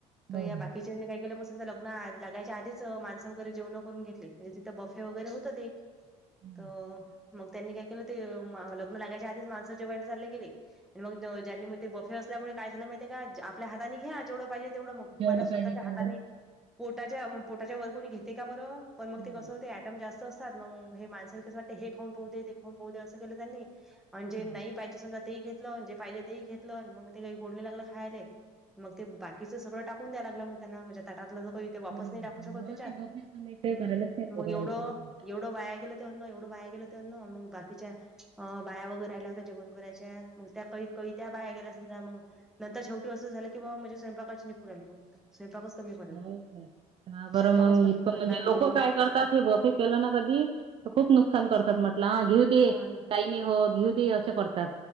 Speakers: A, in the centre; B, on the right.
A: तो
B: हो,
A: यां
B: हो.
A: बाकी चेनी काय केलं म समजा लग्न आ लागायच्या आधीच माणस वगैरे जेवणं करून घेतले म्हणजे तिथे बफे वगैरे होतं ते
B: हं.
A: तर मग त्यांनी काय केलं ते मा लग्न लागायच्या आधीच माणसं जेवायला चालले गेले आणि मग ज्यांनी म ते बफे असल्यामुळे काय झालं माहितीय का ज्या आपल्या हाताने घ्या जेवढं पाहिजे तेवढं मग तुम्हाला
B: जेवढं
A: स्वःच्या
B: पाहिजे तेवढं
A: हाताने पोटाच्या म पोटाच्या वर कोणी घेते का बरं पण मग
B: नाही.
A: ते कसं ते ॲ टम जास्त असतात मग हे माणसेलं कसं वाटतं हे खाऊन पाहु ते दे खाऊन पाहु दे असं केलं त्यांनी आणि जे
B: हो.
A: नाही पाहिजे समजा तेही घेतलं अन जे पाहिजे तेही घेतलं अन मग ते काही गोडले लागले खायले. मग ते बाकीचं सगळं टाकून द्यायला लागलं म त्यांना. म्हजे ताटातला ज काही- ते वापस
B: अरे बापरे!
A: नाही टाकू शकत
B: हो
A: त्याच्यात.
B: ते होत नाही कमी काही
A: हम्म.
B: करायलाच नाही पुरत.
A: मग एवढं- एवढं वाया गेलं ते अन्न. एवढं वाया गेलं ते अन्न. मग बाकीच्या- अं. बाया वगैरे राहिल्या होत्या जेवण करायच्या. मग त्या कै कै- त्या बाया गेल्या समजा मंग. नंतर शेवटी असं झालं की ब्वा म्हणजे स्वयंपाकाची निपूर आली मग तिथं स्वंपाकच कमी- पडला.
B: हो का? हां. बरं
A: स्वयंपाकच
B: मग
A: कमी
B: इतकं
A: पडला
B: म्हणजे
A: आणि
B: लोक
A: मग
B: काय करतात? हे बफे- केलं ना कधी? खूप नुकसान करतात. म्हटलं हां. घेऊ दे
A: हा
B: काही- नाही होत. घेउ दे अस करतात.